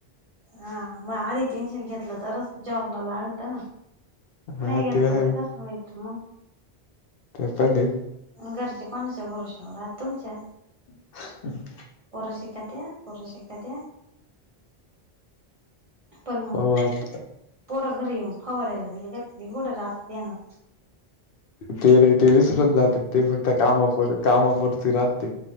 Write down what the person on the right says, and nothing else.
हा मग आधी टेन्शन घेतलं तरच जॉबला लागत ना
नाही घेतलं
तर कस व्हायचं मग
घरचे कोणाच्या बरोशावर राहात तुमच्या
पोर शिकात पोर शिकात पण
पोरा घरी येऊन फवारायला दिल त घोडं रात देणं